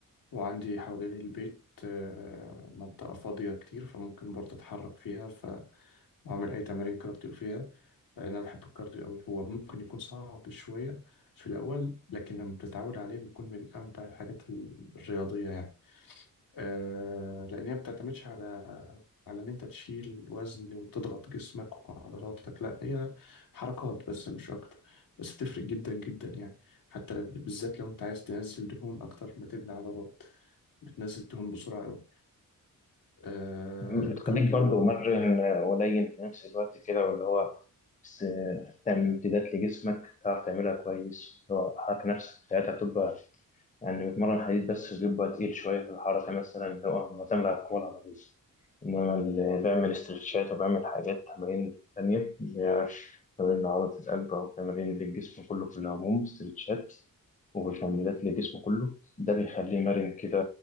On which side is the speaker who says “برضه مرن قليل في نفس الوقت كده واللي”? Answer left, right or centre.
Left